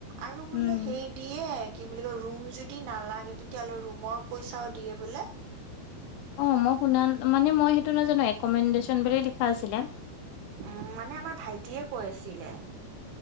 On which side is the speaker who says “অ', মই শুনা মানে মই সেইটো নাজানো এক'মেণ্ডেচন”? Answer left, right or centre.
Left